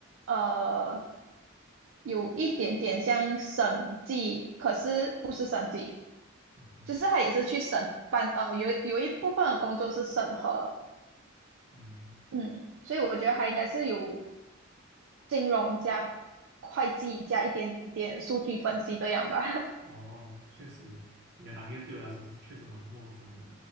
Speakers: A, on the right (about 70°); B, on the right (about 50°).
A: 呃，有一点点像审计，可是不是审计，
B: 嗯嗯
A: 就是他也是去审办，呃，有有一部分的工作是审核，
B: 嗯
A: 嗯，所以我觉得他应该是有金融加会计加一点点数据分析这样吧，
B: 哦，确实，你的行业对我来说是确实蛮陌生的，